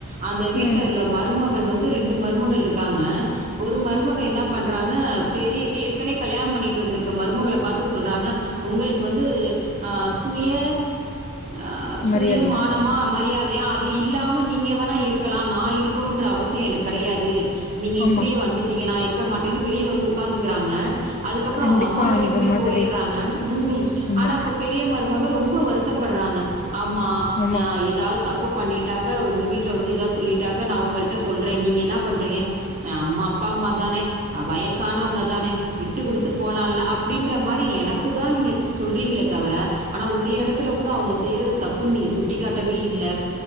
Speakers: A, on the right; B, on the left.
A: அந்த வீட்ல
B: ம்
A: இள்ள மருமகள் வந்து ரெண்டு மருமகள்ருக்காங்க ஒரு மருமக என்னா பண்றாங்க பெரிய ஏற்கனவே கல்யாணம் பண்ணிகிட்டு வந்துருக்க மருமகள பாத்து சொல்றாங்க உங்களுக்கு வந்து அ சுய அ சுய
B: மரியாதையா
A: மானமா மரியாதையா அத் து இல்லாம நீங்க வேணா இருக்கலா நா இருக்கணுன்ற அவசிய எனக் கடையாது நீங்க
B: ஆமா
A: இப்புடியே வந்துட்டீங்க நா இருக்க மாட்டேன்டு வெளியில வந்து உக்காந்துக்குறாங்க அதுக்கப்ற
B: கண்டிப்பா
A: அவுங்க அம்மா வீட்டுக்குமே
B: அந்த மாதிரி
A: போயிற்றாங்க ம்
B: ஆமா
A: ஆனா இப்ப பே பெரிய மருமக ரொம்ப வருத்தப் பற்றாங்க ஆம்மா
B: ஆமா
A: எதாவ்து தப் பு பண்ணிட்டாக்க ஒங்க வீட்ல வந்து எதாவ் சொல்லிட்டாக்க நா உங்கட்ட சொல்ற நீங்க என்னா பண்றீங்க அ அம் அப்பாம்மா தானே அ வயசானவுங்க தானே விட்டு குடுத்து போலால்ல அப்புடின்ற மாரி எனக் குதா நீங்க சொல்றீங்களே தவிர ஆனா ஒரு எடத்துல கூட அவுங்க செய்றது தப்புன் நீங்க சுட் டி காட்டவே இல்ல